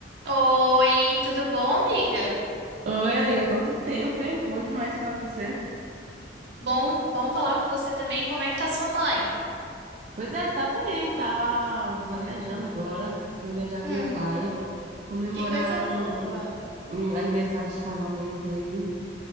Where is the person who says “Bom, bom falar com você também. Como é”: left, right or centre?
Right